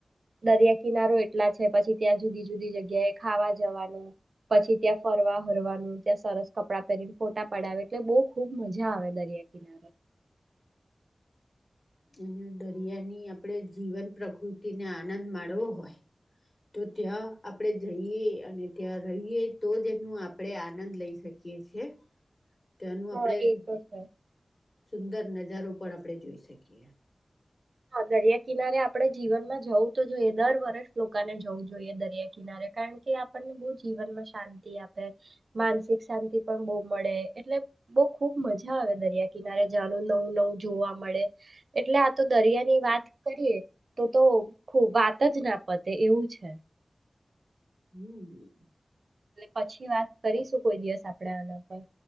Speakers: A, on the right (about 75°); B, on the left (about 40°).
A: દરિયા કિનારો એટલા છે પછી ત્યાં જુદી જુદી જગ્યાએ ખાવા જવાનું, પછી ત્યાં ફરવા ફરવાનું, ત્યાં સરસ કપડાં પહેરીને ફોટા પડે એટલે બહુ ખુબ મજા આવે દરિયા કિનારે.
B: હમ્મ દરિયાની આપણે જીવન પ્રકૃતિને આનંદ માણવો હોય તો ત્યાં આપણે જઈએ અને ત્યાં રહીએ તો જ એનું આપણે આનંદ લઈ શકીએ છીએ. ત્યાં નું આપણે.
A: હ એ તો છે.
B: સુંદર નજારો પણ આપણે જોઈ શકીએ.
A: હા દરિયા કિનારે આપડે જીવનમાં જવું તો જોઈએ દર વર્ષ લોકોને જવું જોઈએ દરિયા કિનારે કારણ કે આપણને બહુ જીવનમાં શાંતિ આપે માનસિક શાંતિ પણ બહુ મળે એટલે બહુ ખુબ મજા આવે દરિયા કિનારે જનું નવું નવું જોવા મળે. એટલે આ તો દરિયા ની વાત કરીએ તો તો ખૂ વાત જ ના પત ને એવું છે.
B: હમ્મ.
A: એટલે પછી વાત કરીશું કોઈ દિવસ આપડે આના પર